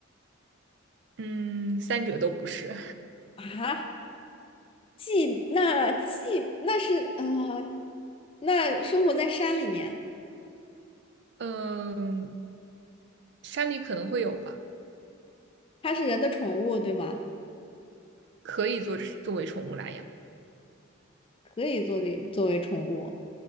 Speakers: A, on the right; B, on the left.
A: 嗯，三者都不是，
B: 啊？既那既那是呃，那生活在山里面。
A: <laughs> 嗯，山里可能会有吧。
B: 它是人的宠物，对吗？
A: 可以做作为宠物来养。
B: 可以做为作为宠物。